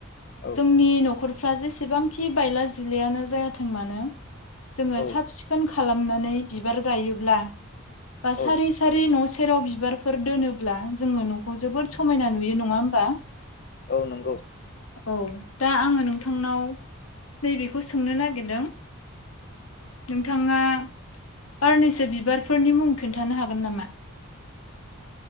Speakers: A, on the left (about 50°); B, on the left (about 80°).
A: औ
B: जोंनि नखर फ्रा जेसेबां खि बायला जिलायानो जायाथों थों मानो जोङो
A: औ
B: साब सि खालामनानै बिबार गायोब्ला बा सारि
A: औ
B: सारि न'से सेराव बिबारफोर दोनोब्ला जोङो न'खौ जोबोद समायना नुयो नङा होमबा?
A: औ नंगौ।
B: औ दा आङो नोंथांनाव नैबेखौ सोंनो नागिरदों नोंथाङा बारनैसो बिबारफोरनि मुं खोन्थानो हागोन नामा?